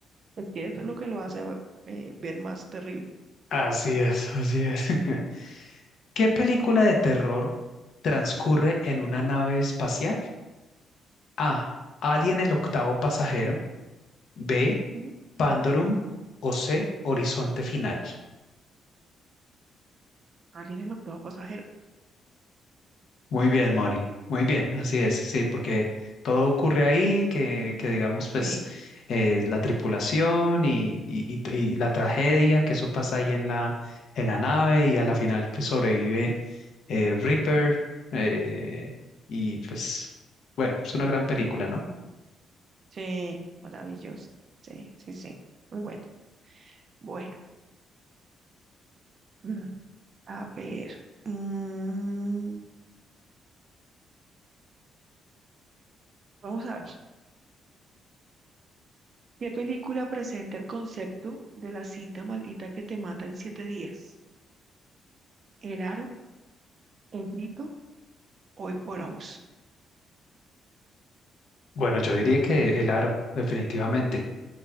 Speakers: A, on the right; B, on the left.
A: Es que eso es lo que lo hace eh, ver más terrible.
B: Así es, así es. <laughs> ¿Qué película de terror transcurre en una nave espacial? A. Alien el octavo pasajero. B.
A: Ujú.
B: Pandorum. O C. Horizonte final.
A: Alien el octavo pasajero.
B: Muy bien, Moni. Muy bien, así es, sí, porque todo ocurre ahí, que, que digamos, pues
A: Sí,
B: eh, la tripulación y, y- y- y la tragedia, que eso pasa ahí en la, en la nave y a la final pues sobrevive eh, Reaper eh, y pues bueno, es una gran película, ¿no?
A: sí, maravilloso, sí, sí, sí, muy buena. Bueno, mm, a ver, mm, vamos a ver. ¿Qué película presenta el concepto de la cinta maldita que te mata en siete días? ¿El aro, el grito o el Porous?
B: Bueno, yo diría que El Aro, definitivamente.